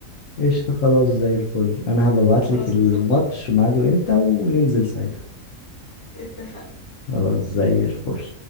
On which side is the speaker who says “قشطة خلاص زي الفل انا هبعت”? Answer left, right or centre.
Left